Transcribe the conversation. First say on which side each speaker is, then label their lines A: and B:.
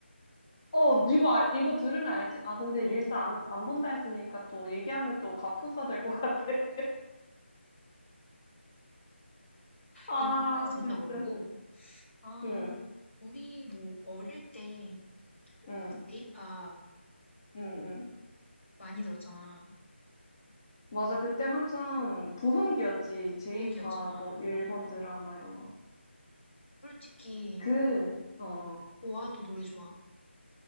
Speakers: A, on the left; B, on the left.
A: 어, 이거, 알- 이거 들으면 알 테, 아, 근데 릴스 안, 안 본다 했으니까 또 얘기하면 또 갑분싸 될 것 같아. <laughs> 아,
B: 인도는 진짜
A: 진짜.
B: 모르고. 아,
A: 응,
B: 우리 뭐 어릴 때
A: 응,
B: 막 J-pop
A: 응, 응.
B: 많이 들었잖아.
A: 맞아. 그때 한창 부흥기였지. 제이팝,
B: 노은기였잖아.
A: 뭐, 일본
B: 뭐
A: 드라마 이런 거.
B: 솔직히
A: 그, 어, 어.
B: 보아도 노래 좋아.